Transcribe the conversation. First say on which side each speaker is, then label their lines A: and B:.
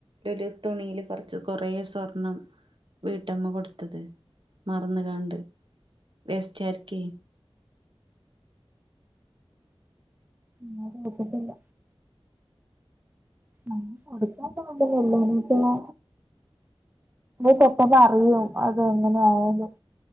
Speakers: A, on the right (about 55°); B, on the right (about 20°).
A: ഒരു തുണിയിൽ കുറച്ച് കുറേ സ്വർണം വീട്ടമ്മ കൊടുത്തത് മറന്ന് കാണ്ട് വേസ്റ്റാര്ക്കെ
B: ഞാൻ കേട്ടിട്ടില്ല അങ്ങനെ കൊടുക്കാൻ സാധ്യതയില്ല എന്ന് വെച്ചാ പെട്ടെന്ന് അറിയും അത് എങ്ങനെ ആയാലും